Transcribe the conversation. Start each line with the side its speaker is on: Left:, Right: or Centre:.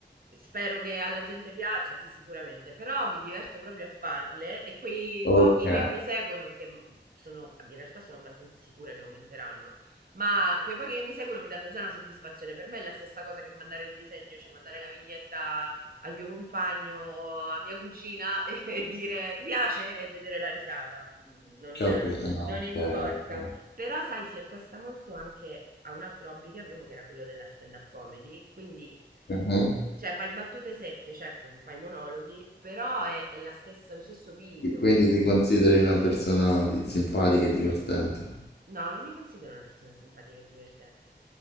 Right: spero che alla gente piaccia, sì, sicuramente, però mi diverto proprio a farle e quei
Left: Ok,
Right: pochi che mi seguono, che sono, in realtà sono abbastanza sicura che aumenteranno, ma quei pochi che mi seguono mi danno già una soddisfazione. Per me è la stessa cosa che mandare il disegno, cioè mandare la vignetta al mio compagno o a mia cugina <laughs> e e dire ti piace e vedere la risata. Mm, Non,
Left: capito. no,
Right: non importa.
Left: ok, ok.
Right: Però, sai, si accosta molto anche a un altro hobby che avevo che era quello della stand-up comedy. Quindi,
Left: Mhm.
Right: cioè, fai battute secche, certo, non fai monologhi, però è, è la stessa, lo stesso piglio.
Left: Quindi ti consideri una persona di- simpatica e divertente.
Right: No, non mi considero una persona simpatica e divertente.